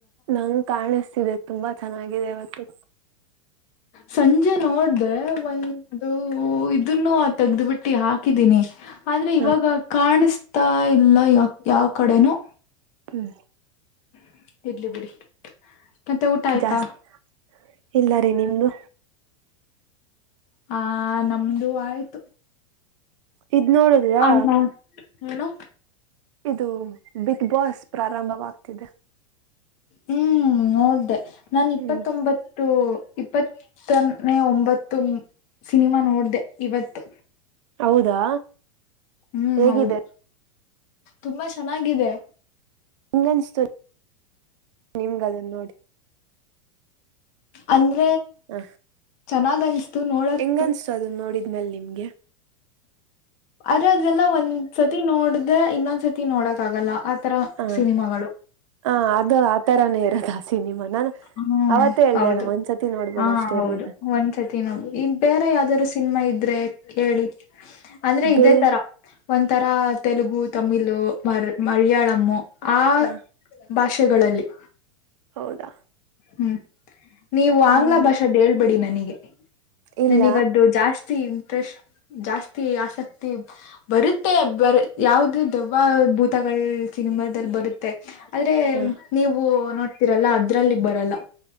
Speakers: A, on the right (about 60°); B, on the left (about 45°).
A: ನಂಗ್ ಕಾಣಿಸ್ತಿದೆ ತುಂಬಾ ಚೆನ್ನಾಗಿದೆ ಇವತ್ತು
B: ಸಂಜೆ ನೋಡ್ದೆ ಒಂದು ಊ ಇದ್ ಇದನ್ನು ತೆಗ್ದು ಬಿಟ್ಟಿ ಹಾಕಿದೀನಿ ಆದ್ರೆ
A: ಹ
B: ಇವಾಗ ಕಾಣಿಸ್ ತ್ತ ಇಲ್ಲ ಯಾವ್ ಯಾವ ಕಡೆನು
A: ಹ್ಮ
B: ಹ <inaudible> ಇರ್ಲಿ ಬಿಡಿ ಮತ್ತೆ ಊಟ ಆಯ್ತಾ
A: ಜಾಸ್ತಿ ಇಲ್ಲ ರೀ ನಿಮ್ದು
B: ಆ ನಮ್ದು ಆಯ್ತು
A: ಇದ್ ನೋಡದಿಯಾ
B: ಅನ್ನ ಏನು
A: ಇದು ಬಿಗ್ ಬಾಸ್ ಪ್ರಾರಂಭವಾಗ್ತಿದೆ
B: ಹ್ಮ್ ನೋಡ್ದೆ ನಾನು ಇಪ್ಪತ್ತೊಂಬತ್ತು
A: ಹ್ಮ್
B: ಇಪ್ಪತ್ತನೇ ಒಂಬತ್ತು ಸಿನಿಮಾ ನೋಡ್ಡೆ ಇವತ್ತು
A: ಹೌದಾ
B: ಹ್ಮ್
A: ಹೇಗಿದೆ
B: ಹೌದು ತುಂಬಾ ಚೆನ್ನಾಗಿದೆ
A: ಹೆಂಗ್ಗನ್ಸ್ತು ನಿಮ್ಗದನ್ ನೋಡಿ
B: ಅಲ್ <unintelligible>
A: ಹ
B: ಚೆನ್ನಾಗ ಅನ್ಸ. ಇವನೊಳಕ್.
A: ಹೆಂಗನ್ಸ್ತು ಅದನ್ನ ನೋಡಿದ್ಮೇಲೆ ನಿಮ್ಗೆ
B: <inaudible> ಇದೆಲ್ಲಾ ಒಂದ್ ಸತಿ ನೋಡಿದ್ರೆ ಇನ್ನೊಂದ ಸತಿ ನೋಡಕ್ ಆಗಲ್ಲ. ಆತರ
A: ಹಾ
B: ಸಿನಿಮಾಗಳು
A: ಹ ಅದು ಆ ತರಾನೆಯಾ. ಅಧಾ ಸಿನಿಮಾ. ನಾನು
B: ಹ್ಮ
A: ಅವತ್ತೇ ಹೇಳ್ದೆ
B: ಹೌದು
A: ಅಲ್ಲ ಒಂದ್ಸತಿ ನೋಡ್ಬೋದು
B: ಹಾ
A: ಅಷ್ಟೇ
B: ಹೌದು
A: ರೀ ಅದ
B: ಒಂದ್ಸತಿ ನೋಡು ಈ ಬೇರೆ ಯಾವುದಾದ್ರೂ ಸಿನಿಮಾ ಇದ್ರೆ. ಕೇಳಿ. ಅಂದ್ರೆ
A: ಬೇ
B: ಇದೆ ತರಾ. ಒಂಥರಾ ತೆಲುಗು ತಮಿಳ್ ಮರ್ ಮಲಯಾಳಂ ಆ
A: ಹ
B: ಭಾಷ್ ಗಳಲ್ಲಿ.
A: ಹೌದಾ.
B: ಹ್ಮ್. ನೀವು
A: ಹ್ಮ್
B: ಆಂಗ್ಲ ಭಾಷಾದ ಹೇಳ್ಬೇಡಿನೆ. ನಿಗೆ.
A: ಇಲ್ಲ
B: ನನಿಗದ್ದು ಜಾಸ್ತಿ. ಜಾಸ್ತಿ ಆಸಕ್ತಿ ಬರುತ್ತೆ ಬರ ಯಾವದು ದೆವ್ವ ಭೂತಗಳ್ ಸಿನಿಮಾದಲ್ಲಿ ಬರುತ್ತೆ. ಆದ್ರೆ
A: ಹ
B: ನೀವು ನೋಡಿ. ಆಗ್ತಿರಲ್ಲಾ ಅದ್ರಲ್ಲಿ ಬ. ಎಲ್ಲ.